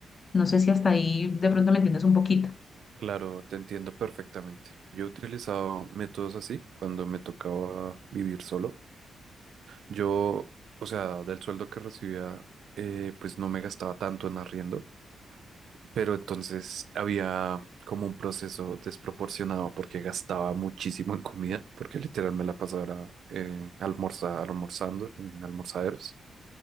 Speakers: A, on the left (about 45°); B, on the right (about 75°).
A: No sé si hasta ahí de pronto me entiendes un poquito.
B: Claro, te entiendo perfectamente. Yo he utilizado métodos así cuando me tocaba vivir solo. Yo, o sea, del sueldo que recibía, eh, pues no me gastaba tanto en arriendo Pero entonces había como un proceso desproporcionado porque gastaba muchísimo en comida, porque literal me la pasaba era, eh, almorza- almorzando en almorzaderos.